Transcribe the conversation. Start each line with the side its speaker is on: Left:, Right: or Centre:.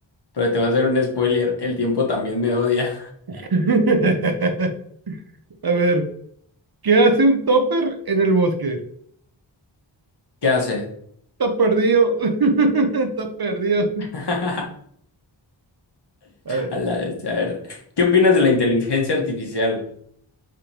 Left: Pero te voy a hacer un spoiler, el tiempo también me odia.
Right: <laughs> A ver, ¿qué hace un topper en el bosque?
Left: ¿Qué haces?
Right: Está perdido. <laughs> Está perdido.
Left: <laughs>
Right: A ver,
Left: A la bestia, a ver, ¿qué opinas de la inteligencia artificial?